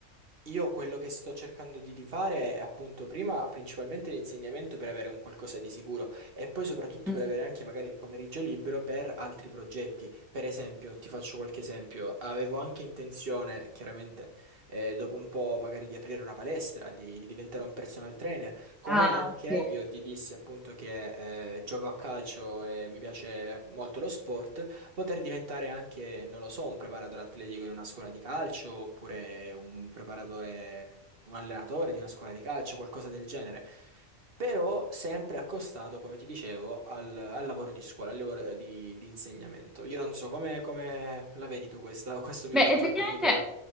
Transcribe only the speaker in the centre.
Mm.
Ah,
ok.
Beh,
effettivamente